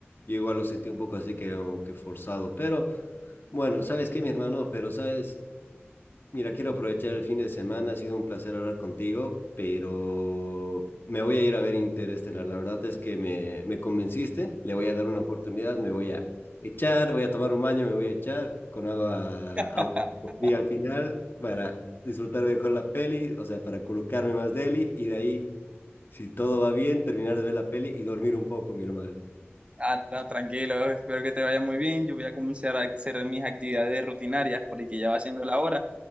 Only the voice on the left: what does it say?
yo igual lo sentí un poco así que, como que forzado, pero bueno, ¿sabes qué, mi hermano? Pero sabes, Mira, quiero aprovechar el fin de semana, ha sido un placer hablar contigo, pero me voy a ir a ver Interestelar. La verdad es que me, me convenciste, le voy a dar una oportunidad, me voy a echar, voy a tomar un baño, me voy a echar con agua,
agua con fría al final para disfrutar mejor la peli, o sea, para colocarme más deli y de ahí, si todo va bien, terminar de ver la peli y dormir un poco, mi hermano.